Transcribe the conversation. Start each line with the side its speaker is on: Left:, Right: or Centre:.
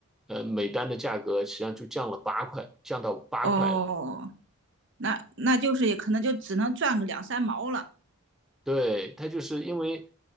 Centre: 呃，每单的价格实际上就降了八块，降到八块了。
Right: 哦，那那就是也可能就只能赚个两三毛了，
Centre: 对，它就是因为